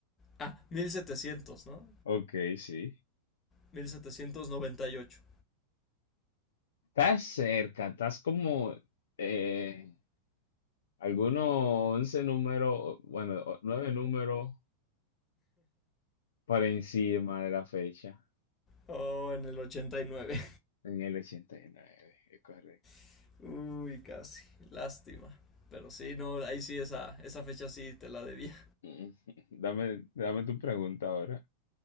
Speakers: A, on the left; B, on the left.
A: Ah, 1700, ¿no?
B: Ok, sí.
A: 1798.
B: Estás cerca, estás como eh, algunos 11 números, bueno, 9 números Por encima de la fecha,
A: Oh, en el ochenta y nueve.
B: en el 89, es correcto.
A: <laughs> Uy, casi. Lástima. Pero sí, no, ahí sí esa, esa fecha sí te la debía.
B: <laughs> Dame, dame tu pregunta ahora.